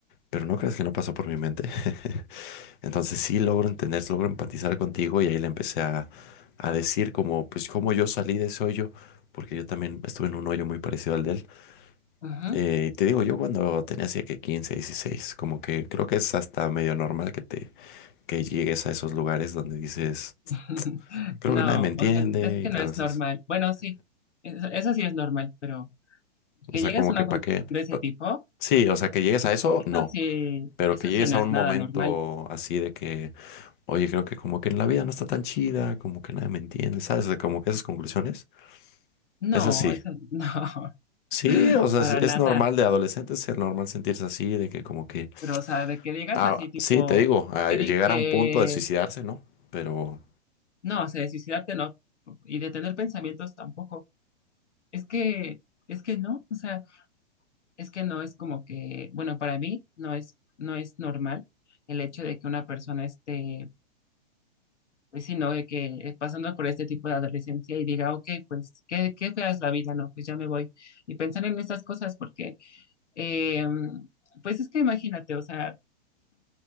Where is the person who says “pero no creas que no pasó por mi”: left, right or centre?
Left